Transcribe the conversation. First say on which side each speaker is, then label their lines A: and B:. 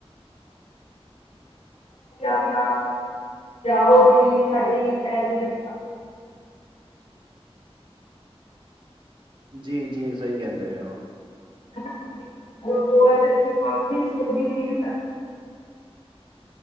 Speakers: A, on the left; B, on the right.
A: ਆਪਣਾ ਜਾਓ ਜਵੇ ਸਾਡੀ ਫੇਮਲੀ
B: ਜੀ ਜੀ ਸਹੀ ਕਹਿੰਦੇ ਆ
A: <inaudible>